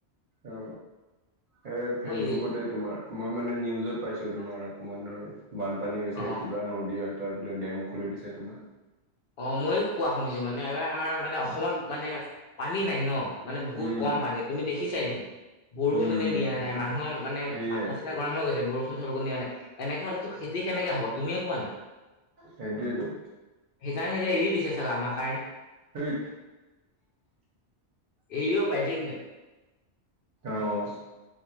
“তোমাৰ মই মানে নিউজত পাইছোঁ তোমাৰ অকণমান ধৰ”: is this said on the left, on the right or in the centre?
Right